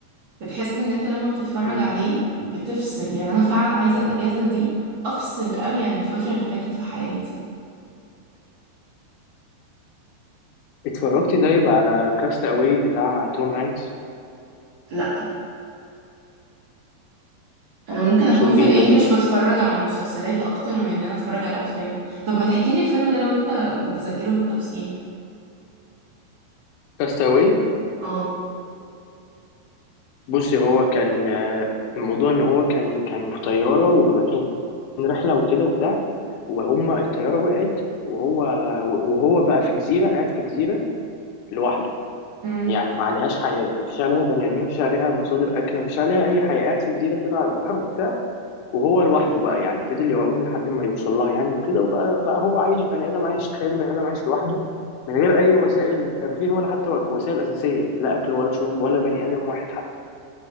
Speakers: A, on the right; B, on the left.
A: بتحس ان انت لما بتتفرج
B: مم.
A: عليه بتفصل يعني انا فعلا عايزة الاجازة دي افصل قوي عن الفترة اللي فاتت في حياتي
B: اتفرجتي طيب على كاست أواي بتاع توم هانكس
A: لا انا ممكن اكون
B: شوفي
A: في الانجليش
B: لذيذ
A: بتفرج على مسلسلات اكتر من ان انا اتفرج على افلام طب ما تحكي لي الفيلم ده لو انت متذكره بالتفصيل
B: كاست أواي
A: اه
B: بصي هو كان آه، الموضوع ان هو كان كانوا في طياره ورايحين رحله وكده وبتاع وهم الطياره وقعت وهو وهو بقى في جزيره قاعد في جزيره لوحده
A: امم
B: يعني ما عليهاش حياه ما فيش عليها بني ادمين ما فيش عليها مصادر اكل ما فيش عليها اي حياه قاعد في جزيره كده على البحر وبتاع وهو لوحده بقى يعني فضل يعوم لحد ما يوصل لها يعني وكده وبقى بقى هو عايش بني ادم عايش تخيل بني ادم عايش لوحده من غير اي وسائل ترفيه ولا حتى وسائل اساسيه لا اكل ولا شرب ولا بني ادم واحد حتى